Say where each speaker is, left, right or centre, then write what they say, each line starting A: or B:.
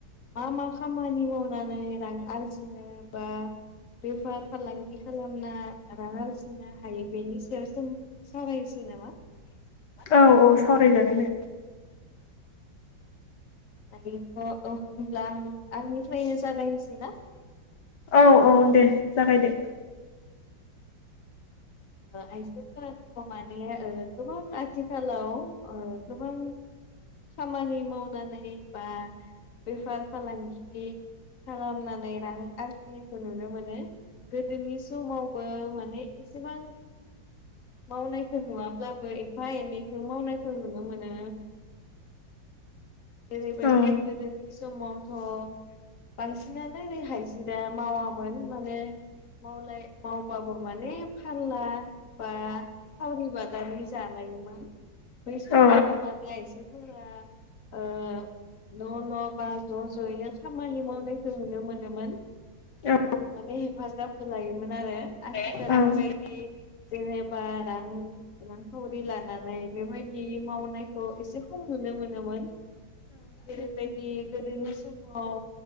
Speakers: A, on the left; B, on the left.
A: मा मा खामानि मावनानै रां आरजिनो बा बेफार फालांगि खालामना रां आरजिनो हायो बेनि सायाव जों सावरायनिसै नामा?
B: औ औ सावरायजागोन दे
A: <unintelligible> होनोब्ला आं आंनिफ्रायनो जागायनोसै ना?
B: औ औ दे जागायदो।
A: ओ आइजो <unintelligible> खामानि मावनानै बा बेफार फालांगि खालामनानै नै रां आरजिनायखौ नुनो मोनो गोदोनि समावबो माने एसेबां मावनायखौ नुवाब्लाबो एफा एनैखौ मावनायखौ नुनो मोनो <inaudible> ओरैबायदि
B: औ
A: गोदोनि समावथ' बांसिनानो हाजिरा मावा माने मावलाय मावबाबो माने फानला बा सावरि बादारि जालायोमोन बै समाव
B: औ
A: माने आइजोफोरा ओ न' न' बा ज' ज'यैनो खामानि मावनायखौ नुनो मोनोमोन
B: औ
A: माने हेफाजाब होलायोमोन आरो आथिखालनि
B: औ
A: बायदि जोंङो बा रां-रांखावरि लानानै बेबायदि मावनायखौ एसे खम नुनो मोनो मोन जेरैबायदि गोदोनि समाव